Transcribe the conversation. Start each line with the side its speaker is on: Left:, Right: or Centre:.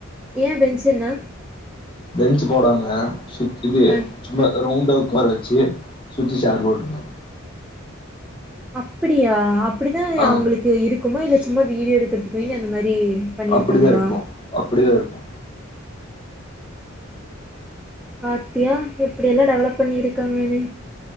Centre: ஏன் பென்சென்னா
Left: பெஞ்சு போடாம சுத் இது
Centre: அ
Left: சும்மா ரவுண்டா உக்கார வச்சு சுத்தி சேர் போட்ருக்காங்க
Centre: அப்பிடியா அப்டிதா
Left: ஆ
Centre: அவுங்குளுக்கு இருக்குமா இல்ல சும்மா வீடியோ எடுக்கற்துக்வேங்க அந்த மாரி பண்ணிருக்காங்களா
Left: அப்பிடிதா இருக்கு அப்பிடிதா இருக்கு
Centre: பாத்தியா எப்புடியெல்லா டெவலப் பண்ணிருக்காங்கனு